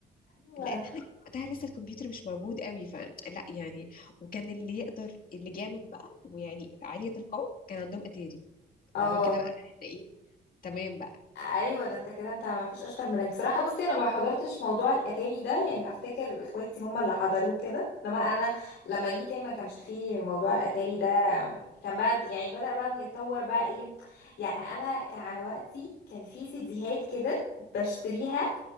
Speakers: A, on the left (about 80°); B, on the left (about 55°).
A: ايوه
B: لان احنا كان وقتها لسه الكمبيوتر مش موجود قوي فلا يعني وكان اللي يقدر اللي جامد بقى ويعني عالية القوم كان عندهم اتاري
A: اه
B: اللي هو كده بقى احنا ايه تمام بقى
A: ايوه ده انت كده انت ما فيش اشطر منك بصراحه بصي انا ما حضرتش موضوع الاتاري ده يعني افتكر اخواتي هم اللي حضروه كده انما انا لما جيت ما كانش فيه موضوع الاتاري ده كان بقى يعني بدا بقى يتطور بقى ايه يعني انا كان على وقتي كان في سيديهات كده بشتريها